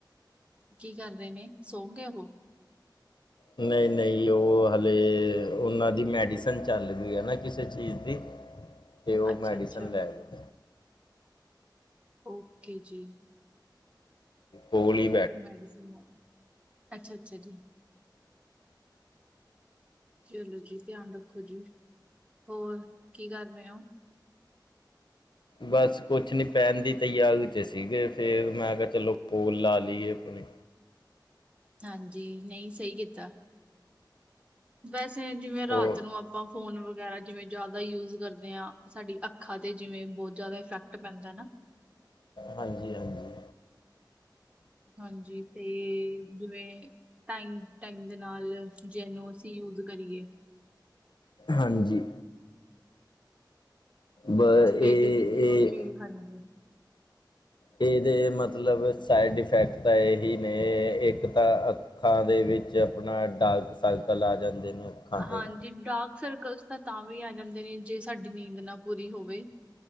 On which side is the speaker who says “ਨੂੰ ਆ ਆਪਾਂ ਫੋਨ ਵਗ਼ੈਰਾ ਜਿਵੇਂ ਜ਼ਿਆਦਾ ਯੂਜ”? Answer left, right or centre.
Right